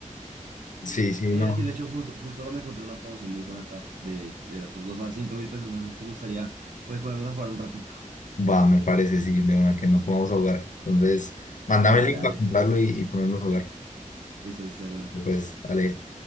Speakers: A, on the left; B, on the right.
A: Sí, sí,
B: Eh,
A: no.
B: aquí, de hecho, justo, justo ahora me encontré una promoción muy barata de, de la Cruz 2 a 5 mil pesos. No sé si te gustaría, pues ponernos a jugar un ratico.
A: Va, me parece, sí, de una que nos pongamos a jugar. Entonces, mándame
B: Dale,
A: el link
B: dale.
A: para comprarlo y, y ponernos a jugar.
B: Listo, listo, de una.
A: Pues, Ale.